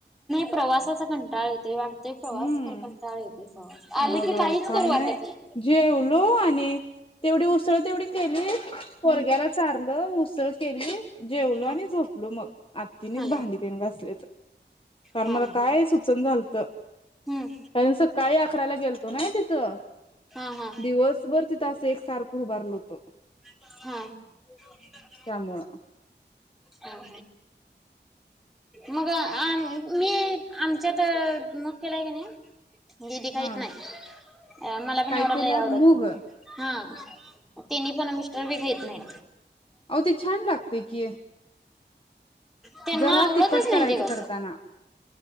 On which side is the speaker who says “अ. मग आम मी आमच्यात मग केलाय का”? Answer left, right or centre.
Centre